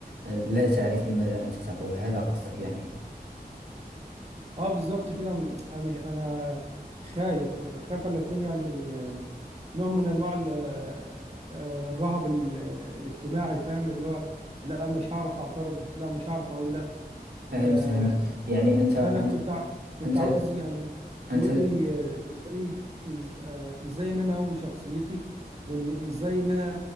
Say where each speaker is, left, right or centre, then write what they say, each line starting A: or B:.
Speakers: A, on the right; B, on the right.
A: أه، لا تعرف لماذا أنت تقول هذا قصدك يعني
B: اه بالظبط كده م- انا مش- أنا خايف خايف ان اكون يعني آم، نوع من انواع ال- آه، آه، الرهب ال- الاجتماعي فاهم اللي هو لا مش هعرف اعترض لا مش هعرف اقول لا
A: فهمت
B: آه،
A: فهمت يعني أنت أنت
B: فانا كنت ع- كنت
A: أنت
B: عاوز يعني تقول
A: أنت
B: لي آه، ازاي إز- آه، ازاي ان انا اقوي شخصيتي وان ازاي ان انا